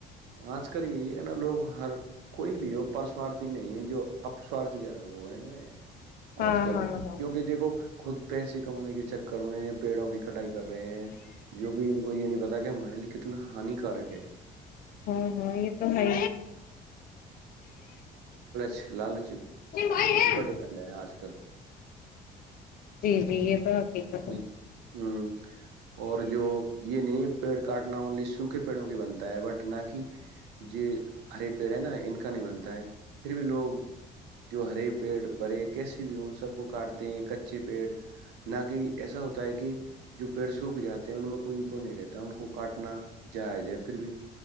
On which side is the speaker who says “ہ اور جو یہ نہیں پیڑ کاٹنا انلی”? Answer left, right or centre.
Right